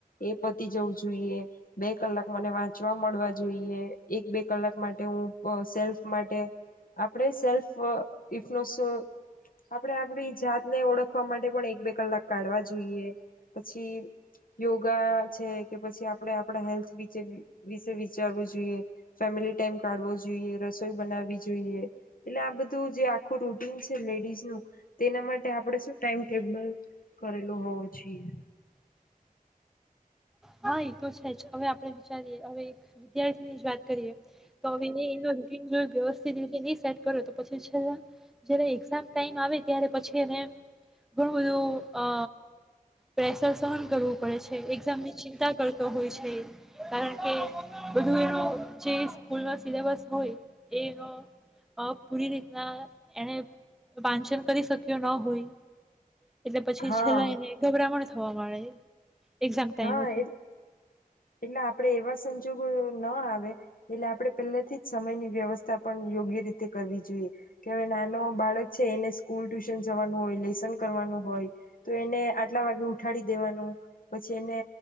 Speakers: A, on the left; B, in the centre.
A: એ પતી જવું જોઈએ બે કલાક મને વાંચવા મળવા જોઈએ એક બે કલાક માટે હું સેલ્ફ માટે આપણે સેલ્ફ આ <unintelligible> આપણે આપણી જાતને ઓળખવા માટે પણ એક બે કલાક કાઢવા જોઈએ પછી યોગા છે, કે પછી આપણેે આપણા હેલ્થ વિ વિશે વિચારવું જોઈએ. ફેમિલી ટાઈમ કાઢવો જોઈએ રસોઈ બનાવી જોઈએ એટલે આ બધું જે આખું રૂટીન છે, લેડીઝ નું તેના માટે આપણે શું ટાઈમ ટેબલ કરેલું હોવું જોઈએ.
B: હા એ તો છે, જ હવે આપણે વિચારીએ હવે વિદ્યાર્થી ની જ વાત કરીએ તો હવે એ એનું રૂટિન જયુ વ્યવસ્થિત રીતે ની સેટ કરો તો પછી છેલ્લા જ્યારે એક્ઝામ ટાઈમ આવે ત્યારે પછી એને ઘણું એવું અ પ્રેસ. સ સહન કરવું પડે છે, એક્ઝામ ની ચી ચિંતા કરતો હોય છે, કારણ કે બધું એનો જે સ્કૂલ ન સિલેબસ હોય એનો પૂરી રીતના એને વાંચન કરી શક્યો ન હોય. એટલે પછી
A: હા
B: છેલ્લા એને ગભરામણ થવાય. એક્ઝામ ટાઈમ
A: હા
B: વખતે.
A: એટલે એટલે આપણે એવા સંજોગો ના આવે એટલે આપણે પહેલાથી જ સમયની વ્યવસ્થા પણ યોગ્ય રીતે કરવી જોઈએ. કે નાનો બાળક છે, એને સ્કૂલ ટ્યુશન જવાનું હોય, લેસન કરવાનો હોય તો એને આટલા વાગે ઉઠાડી દેવાનું. પછી એને